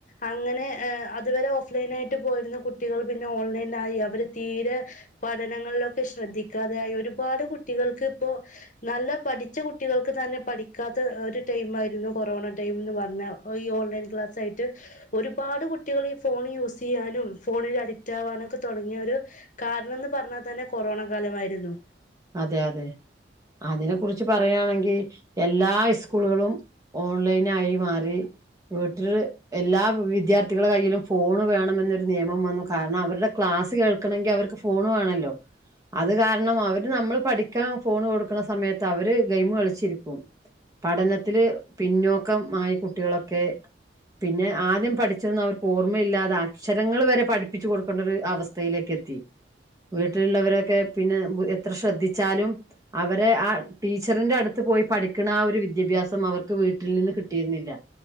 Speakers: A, on the left (about 45°); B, on the right (about 20°).
A: അങ്ങനെ ഏഹ് അതുവരെ ഓഫ്‌ലൈനായിട്ട് പോയിരുന്നു കുട്ടികൾ പിന്നെ ഓൺലൈനായി അവർ തീരെ പഠനങ്ങളിലൊക്കെ ശ്രദ്ധിക്കാതായി ഒരുപാട് കുട്ടികൾക്കിപ്പോ നല്ലപഠിച്ചകുട്ടികൾക്ക്തന്നെ പഠിക്കാത്തഒരുമായിരുന്നു കൊറോണടൈമെന്ന്പറഞ്ഞ ഈ ഓൺലൈൻ ക്ലാസായിട്ട് ഒരുപാട് കുട്ടികൾ ഈ ഫോൺ യൂസെയ്യാനും ഫോണിൽ അഡിക്റ്റാവാനൊക്കെ തൊടങ്ങിയ ഒരു കാരണംന്ന് പറഞ്ഞാ തന്നെ കൊറോണ കാലമായിരുന്നു.
B: അതെ അതെ അതിനെ കുറിച്ച് പറയാണെങ്കി എല്ലാ ഇസ്കൂളുകളും ഓൺലൈനായിമാറി വീട്ടില് എല്ലാ വിദ്യാർത്ഥികളെ കയ്യിലും ഫോണ് വേണമെന്നൊരു നിയമം വന്നു കാരണം അവരുടെ ക്ലാസ്സ് കേൾക്കണങ്കി അവർക്ക് ഫോൺ വേണല്ലോ അത് കാരണം അവർ ര് നമ്മള് പഠിക്കാൻ ഫോണ് കൊടുക്കണ സമയത്ത് അവര് ഗെയിമ് കളിച്ചിരിക്കും. പഠനത്തില് പിന്നോക്കംമായ കുട്ടികളൊക്കെ പിന്നെ ആദ്യം പഠിച്ചതൊന്നും അവർക്ക് ഓർമ്മയില്ലാതെ അക്ഷരങ്ങൾ വരെ പഠിപ്പിച്ച് കൊടുക്കണ്ടൊരു അവസ് ഥയിലേക്ക് എത്തി വീട്ടിലുള്ളവരൊക്കെ പിന്നെ എത്ര ശ്രദ്ധിച്ചാലും അവരെ ആ ടീച്ചറിന്റെ അടുത്ത് പോയി പഠിക്ക്‌ണ ആ ഒരു വിദ്യാഭ്യാസം അവർക്ക് വീട്ടിൽനിന്ന് കിട്ടിയിരുന്നില്ല.